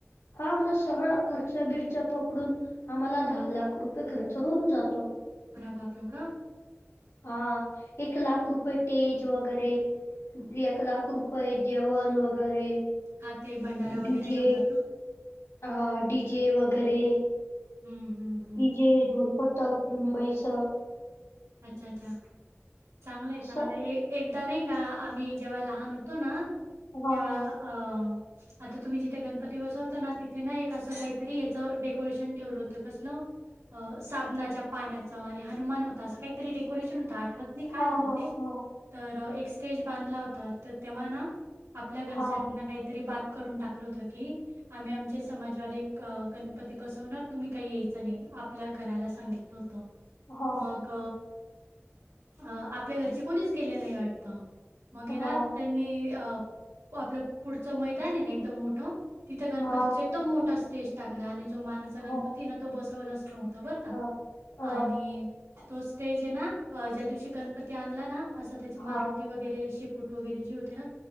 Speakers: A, on the left; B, on the right.
A: हा म सगळा खर्चा बिरचा पकडून आम्हाला दहा लाख रुपये खर्च होऊन जातो.
B: <unintelligible>
A: हां. एक लाख रुपये टेज वगैरे एक लाख रुपये जेवण वगैरे.
B: हां, ते भंडारा
A: डीजे
B: वगैरे ठेवतात ना?
A: हं डीजे वगैरे
B: ऊं हूं
A: डीजे, ढोलपतक मुंबईसं
B: अच्छा अच्छा. चांगलं आय
A: असं
B: चांगलंय. एकदा नाही का आम्ही जेव्हा लहान होतो ना.
A: हां,
B: तेव्हा
A: हां.
B: अं. आता तुम्ही जिथे गणपती बसवता ना तिथे ना एक असं काहीतरी हेचं डेकोरेशन ठेवलं होत कसलं? अ साबणाच्या पाण्याचं आणि हनुमान ह तसं काहीतरी डेकोरेशन होतं. आठवत नाही काय
A: हां,
B: होतं
A: हां,
B: ते?
A: हां,
B: तर एक स्टेज बांधला होता. तर तेव्हां हाय ना आपल्या घरच्यांना
A: हां,
B: काहीतरी बात करून टाकलं होतं की. आम्ही आमचे समाजवाले ग गणपती बसवणार. तुम्ही काय यायचं नाही आपल्या घराला सांगितलं.
A: हां,
B: मग, अ आपल्या घरची कोणीच गेल्या नाही वाटतं? मग
A: हां,
B: ऐना त्यांनी अ आपलं पुढचं मैदान आहे ना एकदम मोठं तिथं गणपतीचा
A: हां,
B: एकदम मोठा स्टेज टाकला आणि जो मानाचा गणपती
A: हां, हां,
B: हायना तो बसवलाच ठेवून. बर का
A: हां. अ,
B: आणि तो स्टेज आहे ना ज्या दिवशी गण तो आणला ना असा त्याचा मारुती
A: हां,
B: वगैरे शेपूट वगैरे जे होते ना